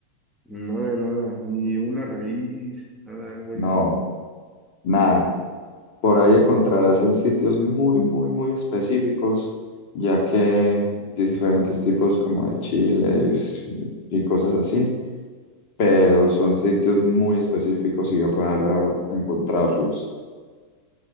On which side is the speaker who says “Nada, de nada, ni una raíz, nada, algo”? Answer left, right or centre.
Centre